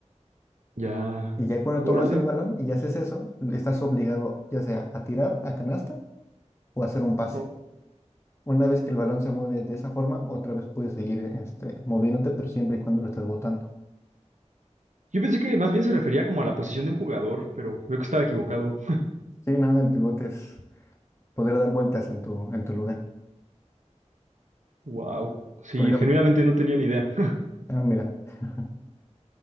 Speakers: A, on the right (about 80°); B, on the left (about 20°).
A: ya.
B: Y ya cuando
A: Órale.
B: tomas el balón y haces eso, estás obligado ya sea a tirar a canasta o a hacer un pase.
A: Oh,
B: Una vez que el balón se mueve de esa forma, otra vez puedes seguir este, moviéndote, pero siempre y cuando lo estés botando.
A: Yo pensé que más bien se refería como a la posición de un jugador, pero veo que estaba equivocado.
B: Sí, no, el pivote es poder dar vueltas en tu, en tu lugar.
A: Wow. Sí,
B: Por ejemplo,
A: genuinamente no tenía ni idea. <laughs>
B: ah, mira. <laughs>